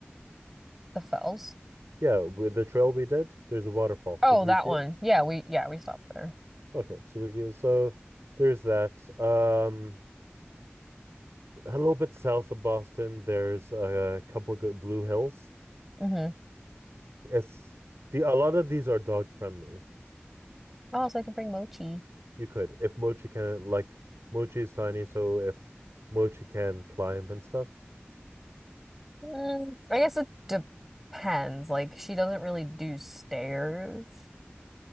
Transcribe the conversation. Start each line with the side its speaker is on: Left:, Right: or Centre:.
Centre: The Fells.
Right: Yeah, with the trail we did, there's a waterfall.
Centre: Oh,
Right: Did we
Centre: that
Right: see
Centre: one.
Right: it?
Centre: Yeah, we yeah, we stopped there.
Right: Okay, so we get, so there's that. Um, a little bit south of Boston, there's a couple good Blue Hills.
Centre: Mm-hmm.
Right: It's the a lot of these are dog friendly.
Centre: Oh, so I can bring Mochi.
Right: You could, if Mochi can, like Mochi's tiny, so if Mochi can climb and stuff.
Centre: Mm, I guess it depends. Like she doesn't really do stairs,